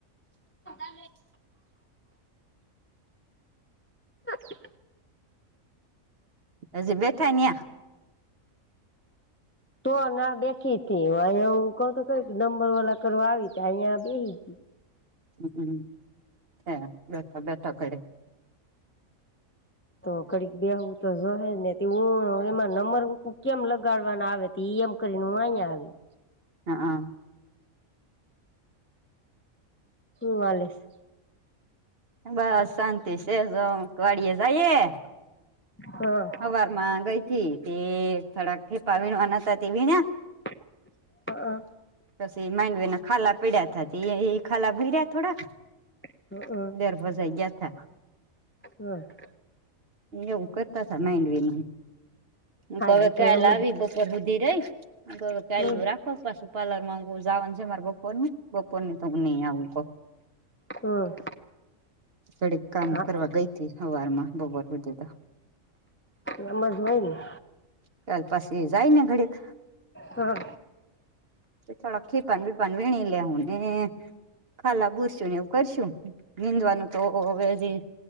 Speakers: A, on the left; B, on the right.
A: <inaudible> તો
B: હ જ બેઠનયા
A: તોને આ બેખી હતી અહીયા હું કહતો ક નંબર વાળલા કરવા આવી ત અહીંયા બેસી
B: હમ્મ હે બેઠા બેઠા ક
A: તો કડીક બે હું તો જહેજ ને હું એમાં નમરક કેમ લગાડવાના આવે તી અમકરી નુંહ આ આવી
B: હા હા
A: હમ વાલીશ
B: બસ શાંતિ છેજ વાડિયે જઈએે
A: હા
B: સવાર માં ગઈ થી તે થડાક ખેપા વીણવાના ત તેવી ના
A: <unintelligible>
B: પછી મેડવેને ખા પીડ્યા થ એ ખા બૂહી રહ્યા થોડા
A: <unintelligible>
B: દર ભસાઈ ગયા તા.
A: હા <inaudible>
B: એવું કરતા થ માંડવી હ
A: હા
B: હવે
A: તો
B: ક્યાલ
A: એમ
B: આવી દ ઉપર સુધી રહી કલું
A: હ હ
B: રાખો પાું પ્લર માં જવાનું છે મારા બપોર નું. બપોર ને તો હું નહી આવું કહ
A: હમ
B: કડીક કામ
A: હા
B: કરવા ગઈ હતી અવાર માં બપોર વધે તો
A: સમજ હો ને.
B: ચાલ પાછ જાય ને ઘડ
A: હા
B: થોડા ખીપન બીપન વીણી લે હું ને ખાલા બુરશું ને એવું કરશું નીંદવાનું તો હવેજી